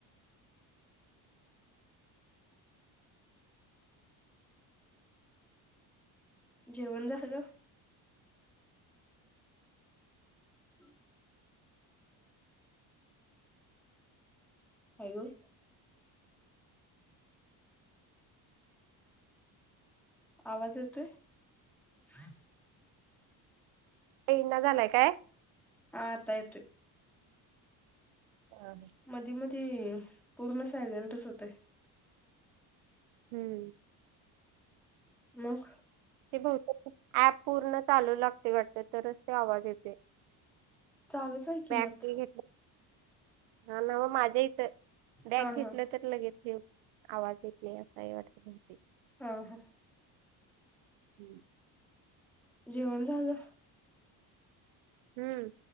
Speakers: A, in the centre; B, on the right (about 80°).
A: जेवण झालं <inaudible> हाय व्हय आवाज येतोय <unintelligible>
B: येईना झालाय काय
A: हा आता येतोय
B: आ मी
A: मधी मधी पूर्ण सायलेंटच होतय
B: हम्म
A: मग
B: ते बहुतेक ऍप पूर्ण चालू लागतय वाटत तरच ते आवाज येतय
A: चालूच आहे की
B: बॅक
A: यात
B: ही घेतलं हा ना मग माझ्या इथं बॅग
A: हा
B: घेतलं
A: हा
B: तर लगेच घेऊ आवाज येत नाई असय वाटत म्हणते
A: आ हा
B: हम्म
A: जेवण झालं
B: हम्म